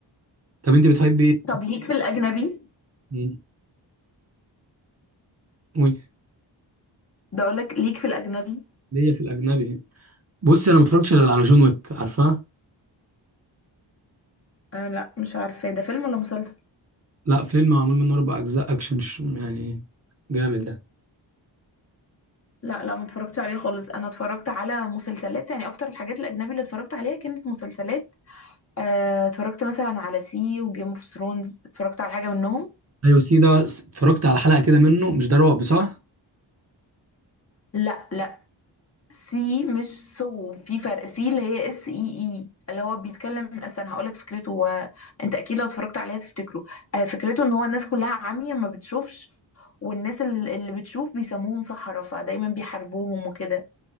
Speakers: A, on the right; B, on the left.
A: طب انت بتحبي ايه
B: طب ليك في الأجنبي
A: مم. قولي
B: ده أقول لك ليك في الأجنبي
A: ليا في الاجنبي بص انا ما اتفرجتش غير على جون ويك عارفاه
B: آه لا مش عارفة ده فيلم ولا مسلسل
A: لا فيلم معمول منه اربع اجزاء اكشن ش- يعني جامد ده
B: لا لا ما اتفرجتش عليه خالص انا اتفرجت على مسلسلات يعني اكتر الحاجات الاجنبي اللي اتفرجت عليها كانت مسلسلات آه، اتفرجت مثلا على سي وجيم اوف ثرونز اتفرجت على حاجه منهم
A: ايوه سي ده س- اتفرجت على حلقه كده منه مش ده رعب صح
B: لا لا سي مش سو في فرق سي اللي هي اس اي اي اللي هو بيتكلم اصلا هقول لك فكرته و... انت اكيد لو اتفرجت عليها تفتكره آه، فكرته ان هو الناس كلها عمية ما بتشوفش والناس ال- اللي بتشوف بيسموهم سحرة فدايما بيحاربوهم وكده